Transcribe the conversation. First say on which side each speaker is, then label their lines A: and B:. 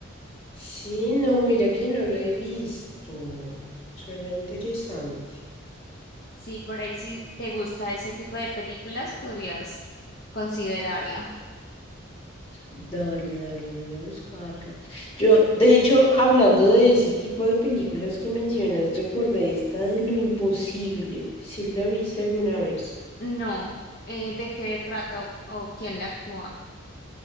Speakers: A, on the left; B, on the left.
A: Sí, no, mira que no la he visto. Suena interesante.
B: Sí, por ahí si te gusta ese tipo de películas, podrías considerarla.
A: Dale, dale, voy a buscarla. Yo, de hecho, hablando de ese tipo de películas que mencionas, recordé esta de Lo Imposible. si la viste alguna vez?
B: No, eh, ¿de qué trata o, o quién la actúa?